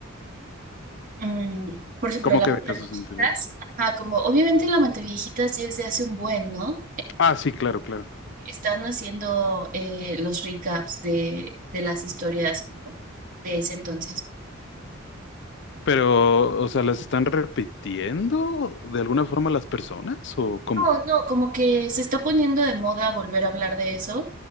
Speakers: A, on the right; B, on the left.
A: mm, por ejemplo,
B: ¿Cómo
A: la
B: que
A: Monteviejitas.
B: de casos anteriores?
A: Ajá, como obviamente la Monteviejitas ya es de hace un buen, ¿no?
B: Ah, sí, claro, claro.
A: Están haciendo eh, los recaps de, de las historias como de ese entonces.
B: Pero, o sea, ¿las están repitiendo de alguna forma las personas o cómo?
A: No, no, como que se está poniendo de moda volver a hablar de eso.